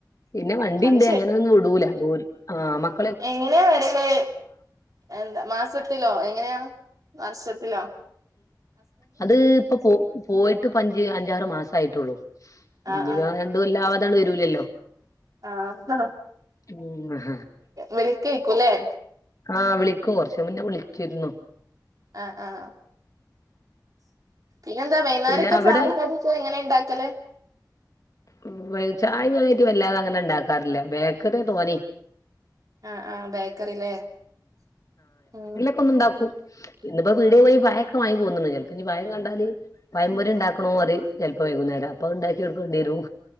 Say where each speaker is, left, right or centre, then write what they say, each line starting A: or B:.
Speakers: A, on the left (about 50°); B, on the right (about 55°).
A: പിന്നെ വണ്ടിണ്ട്.
B: അത്
A: അങ്ങനെ ഒന്നും വിടൂല. ദൂര് ആ മക്
B: എങ്ങനെ വരല്. എന്താ മാസത്തിലോ എങ്ങനെയാ വർഷത്തിലൊ.
A: അത് ഇപ്പ പോ പോയിട്ട് പ്പഞ്ച് അഞ്ചാറ് മാസായിട്ടൊള്ളു. ഇനി
B: ആഹ് ആഹ്
A: വ രണ്ട് കൊല്ലാവാതെ വരൂലല്ലോ.
B: ആഹാ
A: ഉം
B: വിളിക്കേക്കുല്ലേ.
A: ആഹ് വിളിക്കും. കൊറച്ച് മുന്നെ വിളിച്ചിരുന്നു.
B: ആഹ് ആഹ് പിന്നെ എന്താ വൈന്നേരൊക്കെ
A: പിന്നെ അവിടെ
B: ചായിം കടി ഇത് എങ്ങനെ ഇണ്ടാക്കല്?
A: ഉം വെൽചായായിട്ട് വല്ലാതെ അങ്ങനെ ഇണ്ടാക്കാറില്ല. ബേക്കറ്യാ തോനേ
B: ആഹ് ആഹ് ബേക്കറിലേ, ഉം.
A: ഇപ്പൊന്ന്ണ്ടാക്കും. ഇന്ന്പ്പ പീട്യേ പോയി പയൊക്കെ വാങ്ങി പോന്ന്ണ്. ചെല്പ്പ ഞ്ഞ് പയം കണ്ടാല് പയമ്പൊരി ഇണ്ടാക്കണോറിം. ചെല്പം വൈയ്കുന്നേരം. അപ്പൊ അത് ഇണ്ടാക്കി കൊട് വേണ്ട്യേരും.